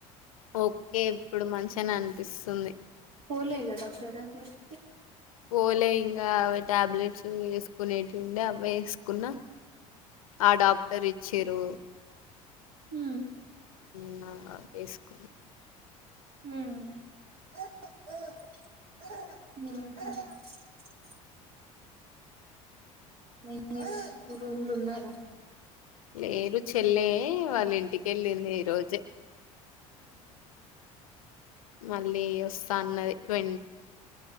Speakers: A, on the left (about 85°); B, on the right (about 60°).
A: ఓకే ఇప్పుడు మంచిని అనిపిస్తుంది.
B: పోలేదా డాక్టర్ దగ్గరికి
A: పోలే ఇంకా అవి టాబ్లెట్స్ వేసుకునేటివి ఉండే అవి వేసుకున్నా ఆ డాక్టర్ ఇచ్చేరు
B: హ
A: ఉన్న వేసుకున్న
B: హ ఆ ఎం చేసు రూమ్లు ఉన్నారా?
A: లేరు చెల్లె వాళ్ళ ఇంటికి వెళ్ళింది ఈ రోజే మళ్ళీ వస్తాన్నది ట్వ